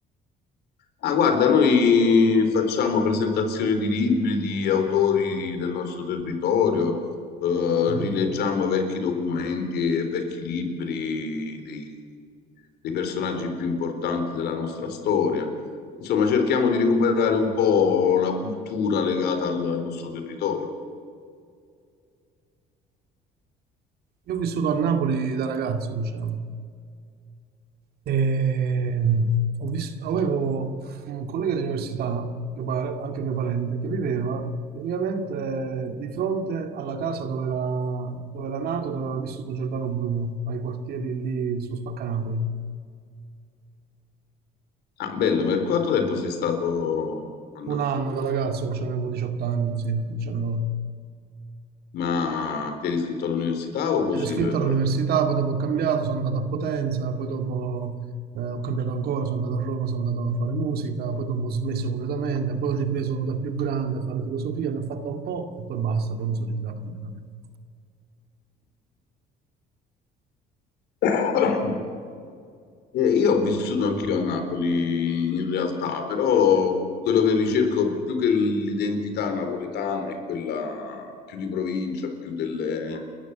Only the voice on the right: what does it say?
Mhm.
Io ho vissuto a Napoli da ragazzo, diciamo. E ho vis- avevo un collega di università, mio pare- anche mio parente, che viveva praticamente di fronte alla casa dove era, dove era nato e dove aveva vissuto Giordano Bruno, ai quartieri lì su Spaccanapoli.
Un anno da ragazzo, cioè avevo 18 anni, così, 19.
Ero iscritto
all'università, poi dopo ho cambiato, sono andato a Potenza, poi dopo eh, ho cambiato ancora, sono andato a Roma, sono andato a fare musica, poi dopo ho smesso completamente, poi ho ripreso da più grande a fare filosofia, ne ho fatta un po' e poi basta, poi mi sono ritirato completamente.